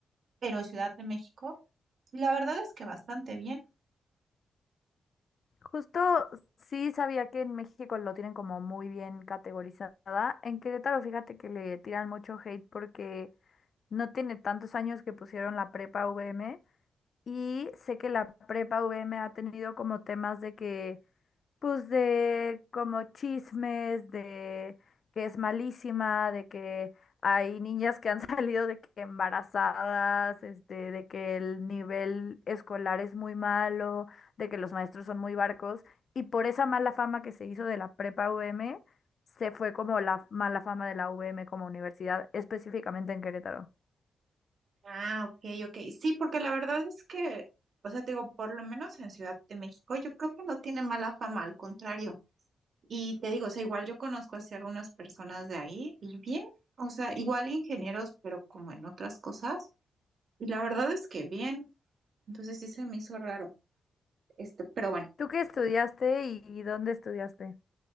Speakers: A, on the right; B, on the left.
A: pero Ciudad de México, y la verdad es que bastante bien.
B: Justo sí sabía que en México lo tienen como muy bien categorizada. En Querétaro, fíjate que le tiran mucho hate porque no tiene tantos años que pusieron la prepa VM y sé que la prepa VM ha tenido como temas de que pues de como chismes, de que es malísima, de que hay niñas que han <laughs> salido de que embarazadas, este, de que el nivel escolar es muy malo, de que los maestros son muy barcos, y por esa mala fama que se hizo de la prepa U M se fue como la mala fama de la U M como universidad, específicamente en Querétaro.
A: Ah, ok, ok. Sí, porque la verdad es que, o sea, te digo, por lo menos en Ciudad de México, yo creo que no tiene mala fama, al contrario. Y te digo, o sea, igual yo conozco así algunas personas de ahí y bien, o sea, igual ingenieros, pero como en otras cosas. Y la verdad es que bien, entonces sí se me hizo raro. Este, pero bueno,
B: ¿Tú qué estudiaste y, y dónde estudiaste?